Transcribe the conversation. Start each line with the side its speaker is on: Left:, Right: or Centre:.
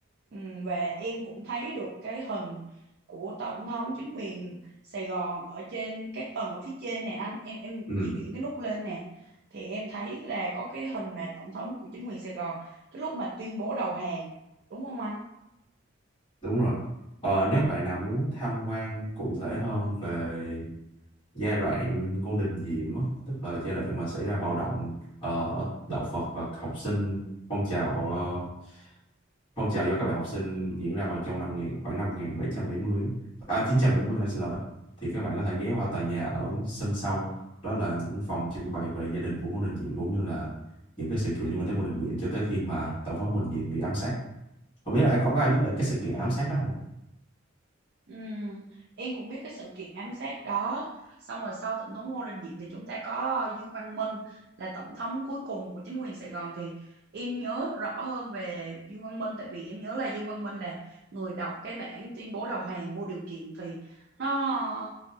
Right: Ừm, và em cũng thấy được cái hình của tổng thống chính quyền Sài Gòn ở trên cái tầng ở phía trên nè anh em em
Left: ừ,
Right: di chuyển cái nút lên nè thì em thấy là có cái hình mà tổng thống của chính quyền Sài Gòn cái lúc mà tuyên bố đầu hàng đúng không anh
Left: đúng rồi Ờ, nếu bạn nào muốn tham quan cụ thể hơn về giai đoạn Ngô Đình Diệm á, tức là giai đoạn mà xảy ra bạo động ờ, đạo Phật và học sinh phong trào ờ, Phong trào do các bạn học sinh diễn ra vào trong năm 1000, khoảng năm 1770 á. à, 970 anh xin lỗi. Thì các bạn có thể ghé qua tòa nhà ở sân sau. Đó là những phòng trưng bày về gia đình của Ngô Đình Diệm cũng như là những cái sự kiện liên quan tới Ngô Đình Diệm cho tới khi mà tổng thống Ngô Đình Diệm bị ám sát. Không biết là ai có ai biết được cái sự kiện ám sát đó không?
Right: Ừm, em cũng biết cái sự kiện ám sát đó xong rồi sau tổng thống Ngô Đình Diệm thì chúng ta có Dương Văn Minh là tổng thống cuối cùng của chính quyền Sài Gòn thì em nhớ rõ hơn về Dương Văn Minh tại vì em nhớ là Dương Văn Minh là người đọc cái bản tuyên bố đầu hàng vô điều kiện thì nó